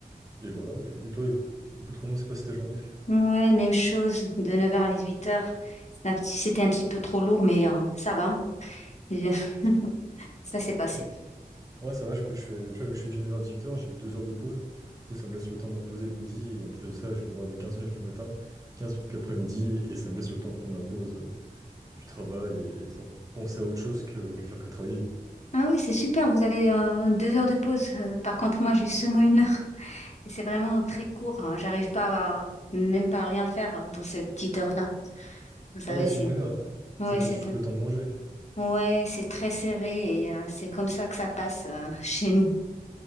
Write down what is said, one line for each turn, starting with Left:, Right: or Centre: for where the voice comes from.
Right: et, et voilà. Et, et toi, éc- écoute, comment s'est passée ta journée?
Left: Ouais, même chose, de 9 heures à 18 heures. C'était un petit, c'était un petit peu trop lourd, mais euh, ça va. J'ai-
Right: Ok.
Left: <laughs> Ça s'est passé.
Right: Ouais, Ouais, ça va, écoute, je fais, tu vois, vu que je fais du neuf h dix-huit heures. j'ai 2 heures de pause. Du coup, ça me laisse le temps de me reposer le midi. Et en plus de ça, j'ai le droit à mes 15 minutes le matin, 15 minutes l'après-midi. Et ça me laisse le temps de prendre ma pause euh, du travail et, et pour penser à autre chose que, que faire que travailler.
Left: Ah oui, c'est super, vous avez euh, deux heures de pause. Euh, par contre, moi, j'ai seulement une heure. Et c'est vraiment très court. hein. J'arrive pas à, même pas à rien faire hein, dans cette petite heure-là. Vous savez,
Right: Ah oui, seulement
Left: c'est...
Right: une heure.
Left: Ouais,
Right: Ça te
Left: c'est...
Right: laisse juste le temps de manger.
Left: Ouais, c'est très serré et euh, c'est comme ça que ça passe euh, <laughs> chez nous.